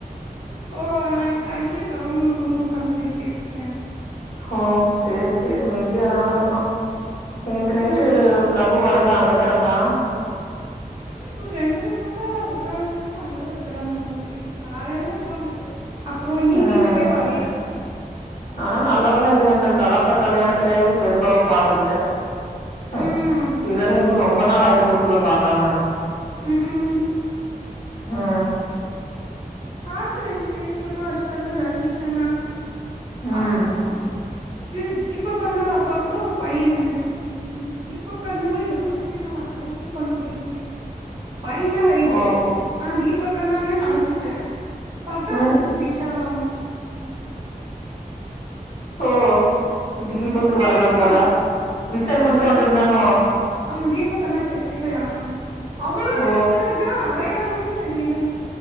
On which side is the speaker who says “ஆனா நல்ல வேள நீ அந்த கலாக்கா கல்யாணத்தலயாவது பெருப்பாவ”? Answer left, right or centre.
Left